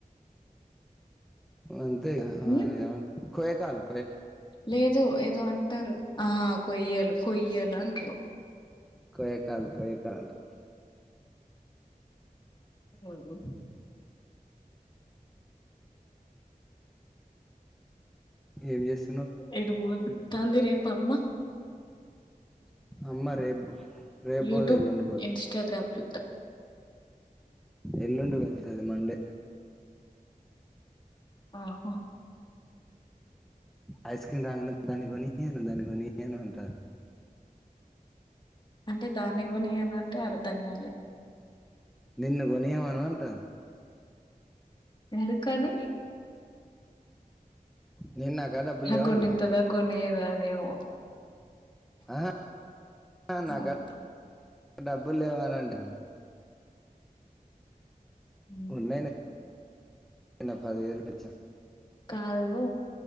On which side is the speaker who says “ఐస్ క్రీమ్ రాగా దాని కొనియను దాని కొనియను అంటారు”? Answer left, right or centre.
Centre